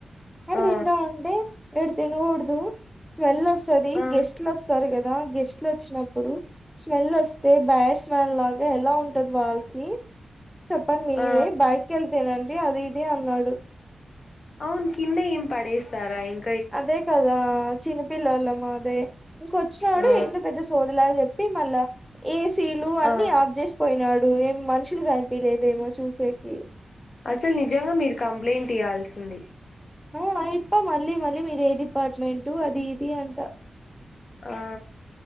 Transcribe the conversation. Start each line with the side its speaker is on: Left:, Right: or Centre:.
Centre: అర్
Left: ఆ
Centre: దింటా ఉంటే ఈడ తినగూడదు, స్మెల్ ఒస్తది,
Left: ఆ
Centre: గెస్ట్లు ఒస్తారు గ. రా గెస్ట్లు ఒచ్చినప్పుడు, స్మెల్ ఒస్తే బ్యాడ్ స్మెల్ లాగా ఎలా ఉన్. టది వాళ్కీ, చెప్పన్ మీరే
Left: ఆ
Centre: బయట్కి ఎళ్ తినండి, అది ఇదీ అన్నాడు.
Left: అవున్ కింద ఏం పడేస్తారా ఇన్
Centre: అదే కదా చిన్నపిల్లలమా అదే ఇంకొచ్చినాడు
Left: ఆ
Centre: ఏందో పెద్ద సోదిలాగా చెప్. ఈ మళ్ళ ఏ సీ లు అన్ని
Left: ఆ
Centre: ఆఫ్ చేసి పోయినాడు, ఏం మనుషులు కనిపీలేదేమో చూసేకి.
Left: అసల్ నిజంగా మీరు కంప్లైయింట్ ఇయాల్సింది
Centre: ఆ అయిప్ప మళ్ళీ మళ్ళీ మీరు ఏ డిపార్ట్మెంటు అది ఇది అంట
Left: ఆ